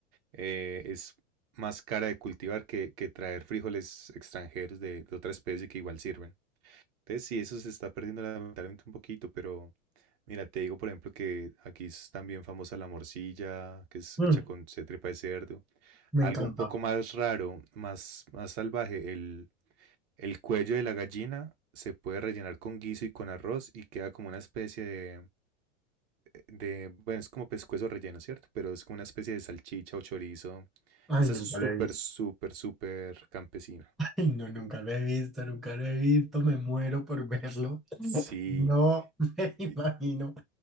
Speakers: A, on the right; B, in the centre.
A: eh, es más cara de cultivar que, que traer frijoles extranjeros de, de otra especie que igual sirven. Entonces, sí, eso se está perdiendo lamentablemente un poquito, pero... Mira, te digo, por ejemplo, que aquí es también famosa la morcilla, que es
B: Mm,
A: hecha con se- tripa de cerdo.
B: <laughs> me
A: Algo
B: encanta.
A: un poco más raro, más, más salvaje, el, el cuello de la gallina se puede rellenar con guiso y con arroz y queda como una especie de, de, bueno, es como pescuezo relleno, ¿cierto? Pero es como una especie de salchicha o chorizo.
B: Ay,
A: Esa
B: nunca
A: es súper,
B: lo he visto.
A: súper, súper campesina.
B: No, nunca lo he visto, nunca lo he visto, me muero por verlo.
A: Sí,
B: No me <laughs> imagino
A: y-